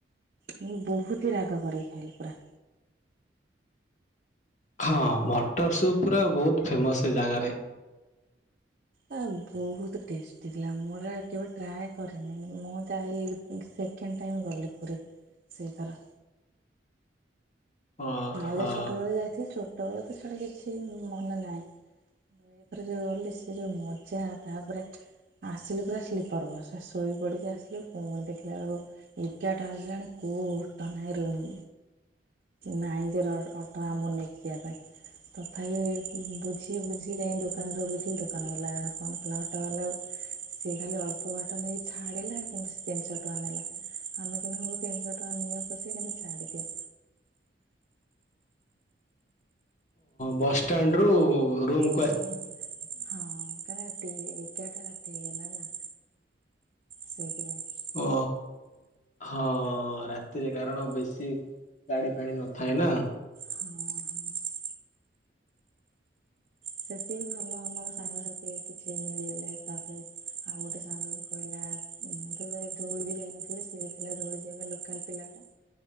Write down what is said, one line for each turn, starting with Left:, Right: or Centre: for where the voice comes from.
Right: ମୁଁ ବହୁତ ହିଁ ରାଗ କରେଇ ଖାଇଲି ପୁରା।
Left: ହଁ ମଟର ସୁପ୍ ପୁରା ବହୁତ ଫେମସ୍, ସେ ଜାଗାରେ।
Right: ଆ ବହୁତ ଟେଷ୍ଟି ଥିଲା। ମୁଁ ଗୋଟା କେବେ ଟ୍ରାଏ କରିନି। ମୁଁ ଯାଇ ସେକେଣ୍ଡ ଟାଇମ୍ ଗଲି ପୁରୀ, ସେଇ ଥର।
Left: ଓହୋ
Right: ଆଉ ଯାହା ଛୋଟବେଳେ ଯାଇଥିଲି। ଛୋଟବେଳେ ତ ଛାଡ କିଛି ମନେ ନାହିଁ। ଏଇଥର ଯୋଉ ଗଲି, ସେ ଯୋଉ ମଜା। ତା ପରେ ଆସିଲୁ ପୁରା ସ୍ଲିପର ବସରେ ଶୋଇପଡ଼ିକି ଆସିଲୁ। ପୁଣି ଦେଖିଲା ବେଳକୁ ଏଗାରଟା ବାଜିଲଣି କୋଉ ଗୋଟା ନାହିଁ ରୁମ୍। ନାଇଁ <unintelligible> ଅଟୋ ଆମକୁ ନେଇକି ଯିବା ପାଇଁ। ତଥାପି ବୁଝି ବୁଝି ଯାଇ ଦୋକାନରୁ ବୁଝିଲି, ଦୋକାନ ବାଲା ଜଣେ ଫୋନ୍ କଲା ବ ଅଟୋ ବାଲାକୁ। ସିଏ ଖାଲି ଅଳ୍ପ ବାଟ ନେଇ ଛାଡିଲା କିନ୍ତୁ ତିନିଶହ ଟଙ୍କା ନେଲା। ଆମେ କିନ୍ତୁ ମୁଁ ତିନିଶହ ଟଙ୍କା ନିଅ ପଛେ କିନ୍ତୁ ଛାଡିଦିଅ।
Left: ବସ୍ ଷ୍ଟାଣ୍ଡରୁ ରୁମ୍
Right: ହୁଁ। ହଁ କାଇଁ ନା ଏତେ ଏଗାରଟା ରାତି ହେଇଗଲା ନା। ସେଇଥିପାଇଁ।
Left: ଓ। ହଁ। ରାତିରେ କାରଣ ବେଶି ଗାଡ଼ି ଫାଡ଼ି ନ ଥାଏ, ନା।
Right: ହଁ ହଁ। ସେଠି ବି ଭଲ ଆମର ସାଙ୍ଗସାଥି କିଛି ମିଳିଗଲେ। ତା ପରେ ଆଉ ଗୋଟେ ସାଙ୍ଗ ବି କହିଲା ମୁଁ ତ ଧଉଳି ବି ଯାଇନଥିଲି ସିଏ ବି ଥିଲା ଧଉଳି ଯିବା ପାଇଁ ଲୋକାଲ ପିଲାଟା।